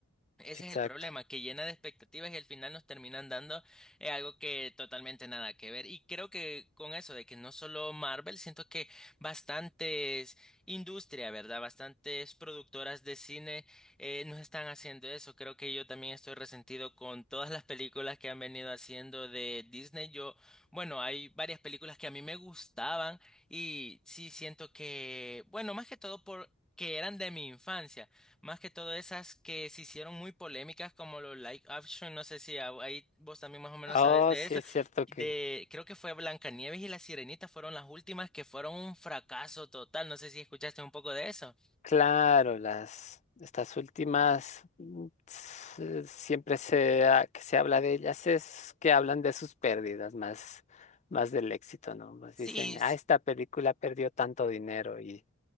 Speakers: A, in the centre; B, on the left.
A: Ese
B: Exacto.
A: es el problema, que llena de expectativas y al final nos terminan dando eh, algo que totalmente nada que ver. Y creo que con eso de que no solo Marvel, siento que bastantes industria, ¿verdad? Bastantes productoras de cine eh, nos están haciendo eso. Creo que yo también estoy resentido con todas las películas que han venido haciendo de Disney. Yo, bueno, hay varias películas que a mí me gustaban y sí siento que, bueno, más que todo por... que eran de mi infancia. Más que todo esas que se hicieron muy polémicas como los live action, no sé si a- ahí vos también más o menos
B: Oh,
A: sabes de
B: sí
A: eso.
B: es cierto
A: De,
B: que,
A: creo que fue Blancanieves y La Sirenita fueron las últimas que fueron un fracaso total. No sé si escuchaste un poco de eso.
B: claro, las estas últimas mm, s- siempre se ha- que se habla de ellas es que hablan de sus pérdidas más más del éxito, ¿no? Más
A: Sí,
B: dicen,
A: sí,
B: ah, esta película perdió tanto dinero y